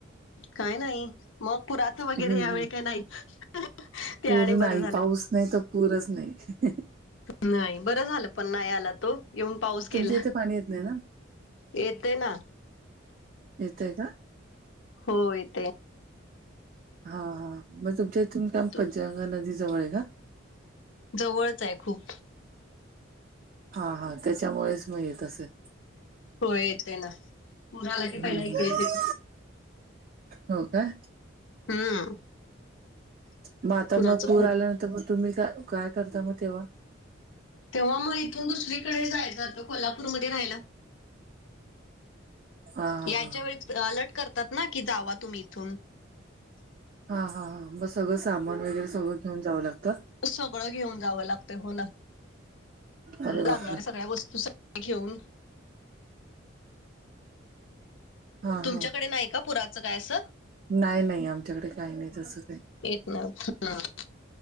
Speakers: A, on the left; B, on the right.
A: काय नाही. मग पुराचं वगैरे
B: हम्म
A: यावेेळी
B: हम्म
A: काही नाहीच ते
B: पूर
A: आणि
B: नाही
A: बरं झालं.
B: पाऊस नाही त पूरच नाही.
A: नाही बरं झालं पण नाही आला तो येऊन पाऊस
B: तुमच्या
A: गेला.
B: इथे पाणी येत नाही ना?
A: येते ना.
B: येतय का?
A: हो येतय.
B: हा हा मग तुमच्या इथून काम
A: तू
B: पंचगंगा नदी जवळ आहे का?
A: जवळच आहे खूप.
B: हा हा त्याच्यामुळेच मग येत असेल.
A: होय येतय ना पूर आला की
B: हम्म
A: पहिला
B: हम्म
A: इकडेच
B: हम्म.
A: येते.
B: हो का?
A: हम्म.
B: मग आता
A: पुराचं
B: मग पूर
A: खूप
B: आल्यानंतर मग तुम्ही का काय करता मग तेव्हा?
A: तेव्हा मग इथून दुसरीकडे जायला जातो कोल्हापूरमध्ये राहायला.
B: हा हा
A: यायच्या वेळी अलर्ट करतात ना कि जावा तुम्ही इथून.
B: हा हां हां मग सगळं सामान वगैरे सगळं घेऊन जावं लागतं?
A: सगळं घेऊन जावं लागतं हो ना
B: अरे बापरे
A: लागणाऱ्या सगळ्या वस्तू घेऊन
B: हा
A: तुमच्याकडे
B: हा
A: नाही का पुराचं काय असं?
B: नाही नाही आमच्याकडे काही नाही तसं काय.
A: <unintelligible>